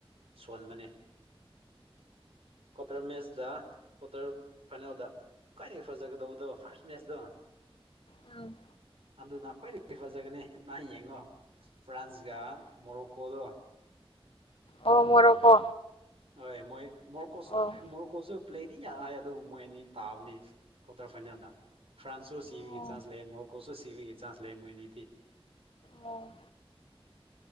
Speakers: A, on the right; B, on the left.
A: ꯁꯣꯟꯕꯅꯦ ꯀ꯭ꯋꯥꯇꯔ ꯃꯦꯠꯁꯗ ꯀ꯭ꯋꯥꯇꯔ ꯐꯥꯏꯅꯦꯜꯗ ꯈ꯭ꯋꯥꯏꯗꯒꯤ ꯐꯖꯒꯗꯧꯕꯗꯣ ꯐꯥꯔꯁ ꯃꯦꯁꯇꯣ <inaudible>
B: ꯎꯝ
A: ꯑꯗꯨꯅ ꯈ꯭ꯋꯥꯏꯗꯒꯤ ꯐꯖꯒꯅꯤ ꯅ ꯌꯦꯡꯉꯣ ꯐ꯭ꯔꯥꯟꯁꯒ ꯃꯣꯔꯣꯛꯀꯣꯗꯣ
B: ꯑꯣ ꯃꯣꯔꯣꯀꯣ
A: ꯍꯣꯢ ꯃꯣꯏ ꯃꯣꯔꯣꯀꯣꯁꯨ
B: ꯑꯣ
A: ꯃꯣꯔꯣꯀꯣꯁꯨ ꯄ꯭ꯂꯦꯗꯤ ꯌꯥꯢ ꯑꯗꯨꯕꯨ ꯃꯣꯏ ꯑꯅꯤ ꯇꯥꯕꯅꯦ ꯀ꯭ꯋꯥꯇꯔ ꯐꯥꯏꯅꯦꯜꯗ ꯐ꯭ꯔꯥꯟꯁꯨ ꯁꯤꯕꯒꯤ
B: ꯑꯣ
A: ꯆꯥꯟꯁ ꯂꯩꯌꯦ ꯃꯣꯔꯣꯀꯣꯁꯨ ꯁꯤꯕꯒꯤ ꯆꯥꯟꯁ ꯂꯩꯌꯦ ꯃꯣꯏꯅꯤꯗꯤ
B: ꯑꯣ